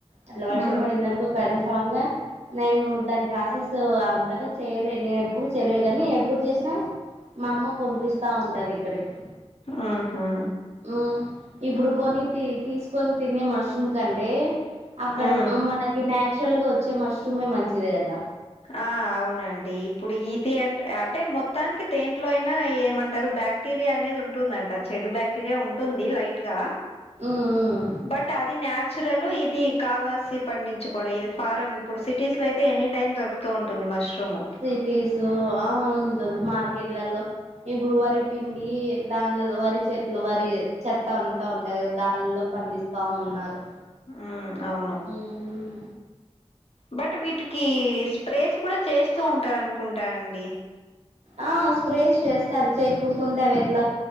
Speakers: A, on the right; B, on the left.
A: అట్ల వర్షం
B: ఆ
A: అడిందనుకో కన్ఫమ్గా నేను దాని ప్రాసెస్సు అంతగా చెయలే నేను ఎప్పుడు చెయలేదు కానీ ఎప్పుడు చేసినా మా అమ్మ పంపిస్తా ఉంటది ఇక్కడికి
B: ఆహా
A: మ్ ఇప్పుడు కొని తి తీసుకొని తినే మష్రూమ్ కంటే అక్కడ
B: ఆ
A: మనకి నచురల్ గా వచ్చే మష్రూమ్ే మంచిది కదా
B: ఆ అవునండి ఇప్పుడు ఇది అం అంటే మొత్తానికి దెంట్లో అయినా ఏమంటారు బ్యాక్ బాక్టీరియా అనేది ఉంటుందంట చెడు బ్యాక్టీరియా ఉంటుంది లైట్ గా
A: మ్మ్ మ్మ్
B: బట్ అది న్యాచురల్ ఇది కావాల్సి పండించుకోవడం ఇది ఫారం ఇప్పుడు సిటీస్ లో అయితే ఎనీ టైమ్ దొరుకుతూ ఉంటుంది మష్రూమ్
A: సిటీసు ఆ అవ్ దోర్ మార్కెట్లలో ఇప్పుడు వరి పిండి దాన్ లలో వరి చె ట్లు వరి చెత్త అంత ఉంటాది కదా దానిలో పండిస్తా ఉన్నారు
B: మ్ అవును
A: మ్
B: బట్ వీటికి స్ప్రేస్ కూడా చేస్తూ ఉంటారు అనుకుంటా అండి
A: ఆ స్ప్రేస్ చేస్తారు చేకోకుండ అవి ఎట్లా